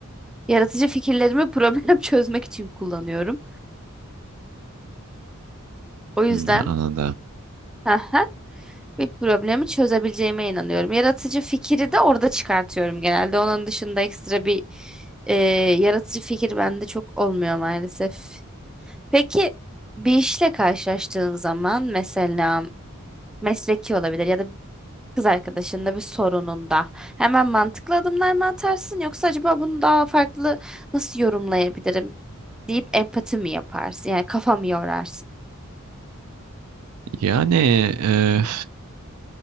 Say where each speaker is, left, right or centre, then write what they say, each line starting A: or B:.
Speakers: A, in the centre; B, on the right.
A: Yaratıcı fikirlerimi problem <laughs> çözmek için kullanıyorum. O yüzden
B: hmm, anladım.
A: <laughs> bir problemi çözebileceğime inanıyorum. Yaratıcı fikri de orada çıkartıyorum genelde. Onun dışında ekstra bir e, yaratıcı fikir bende çok olmuyor maalesef. Peki bir işle karşılaştığın zaman mesela mesleki olabilir ya da kız arkadaşında bir sorununda hemen mantıklı adımlar mı atarsın yoksa acaba bunu daha farklı nasıl yorumlayabilirim deyip empati mi yaparsın? Yani kafa mı yorarsın?
B: Yani eee,